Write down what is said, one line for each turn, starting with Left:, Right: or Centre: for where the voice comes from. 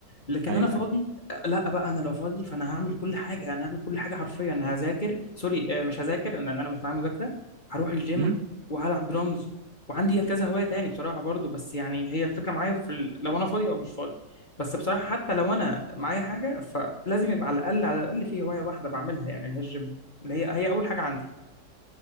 Left: لكن
Right: ايوه
Left: انا فاضي
Right: ايوه
Left: لا بقى انا لو فاضي فانا هعمل كل حاجه انا هعمل كل حاجه حرفيا انا هذاكر سوري آه، مش هذاكر لان انا مش معايا مذاكره هروح الجيم
Right: امم
Left: وهلعب درامز وعندي كذا هوايه تاني بصراحه برضو بس يعني هي الفكره معايا في ال... لو انا فاضي او مش فاضي بس بصراحه حتى لو انا معايا حاجه فلازم يبقى على الاقل على الاقل في هوايه واحده بعملها يعني اللي هي الجيم اللي هي هي اول حاجه عندي